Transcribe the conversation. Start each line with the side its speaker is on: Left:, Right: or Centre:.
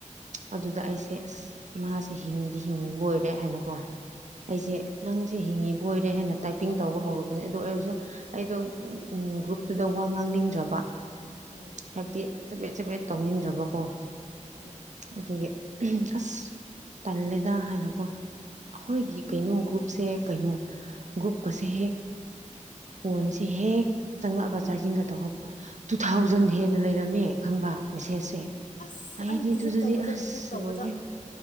Right: ꯑꯗꯨꯗ ꯑꯩꯁꯦ ꯑꯁ ꯃꯥꯁꯦ ꯍꯤꯡꯗꯤ ꯍꯤꯡꯕ ꯑꯣꯏꯔꯦ ꯔꯦ ꯍꯥꯏꯅꯀꯣ ꯑꯩꯁꯦ ꯅꯪꯁꯦ ꯍꯤꯡꯉꯤꯕ ꯕꯣꯏꯔꯦ ꯍꯦꯟꯅ ꯇꯥꯏꯄꯤꯡ ꯇꯧꯕ ꯍꯧꯔꯕꯅꯤ ꯑꯗꯨ ꯑꯣꯏꯔꯁꯨ ꯑꯩꯗꯣ ꯒ꯭ꯔꯨꯞ ꯇꯨꯗ ꯋꯥ ꯉꯥꯡꯅꯤꯡꯗ꯭ꯔꯕ
Left: ꯎꯝ
Right: ꯍꯥꯏꯕꯗꯤ ꯆꯕꯦꯠ ꯆꯕꯦꯠ ꯇꯧꯅꯤꯡꯗ꯭ꯔꯕꯀꯣ
Left: ꯎꯝ
Right: ꯑꯗꯨꯒꯤ ꯑꯁ ꯇꯜꯂꯦꯗ ꯍꯥꯏꯅꯀꯣ ꯑꯩꯈꯣꯏꯒꯤ
Left: ꯎꯝ
Right: ꯀꯩꯅꯣ ꯒ꯭ꯔꯨꯞꯁꯦ ꯀꯩꯅꯣ ꯒ꯭ꯔꯨꯞꯀꯁꯦ ꯍꯦꯛ ꯐꯣꯟꯁꯤ ꯍꯦꯛ ꯆꯪꯂꯛꯑꯒ ꯆꯥꯔꯖꯤꯡꯒ ꯇꯧꯍꯧꯕꯁꯦ ꯇꯨ ꯊꯥꯎꯖꯟ ꯖꯟ ꯍꯦꯟꯅ ꯂꯩꯔꯝꯃꯦ ꯈꯪꯕ꯭ꯔꯥ ꯃꯦꯁꯦꯁꯁꯦ
Left: ꯑꯁ
Right: ꯑꯩꯗꯤ
Left: ꯑꯩ ꯗꯤꯂꯤꯠ
Right: ꯑꯗꯨꯗꯗꯤ
Left: ꯇꯧꯕꯗ
Right: ꯑꯁ
Left: ꯗꯤꯂꯤꯠ ꯇꯧꯕꯗ
Right: ꯂꯣꯏꯔꯦ